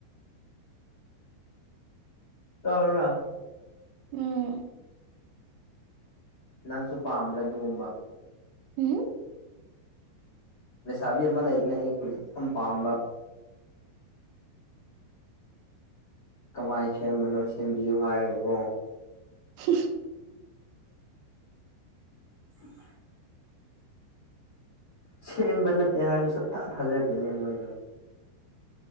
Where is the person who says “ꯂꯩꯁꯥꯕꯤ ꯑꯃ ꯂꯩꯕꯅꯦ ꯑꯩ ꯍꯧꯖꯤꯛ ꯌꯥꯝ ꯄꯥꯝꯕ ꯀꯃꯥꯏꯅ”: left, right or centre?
Left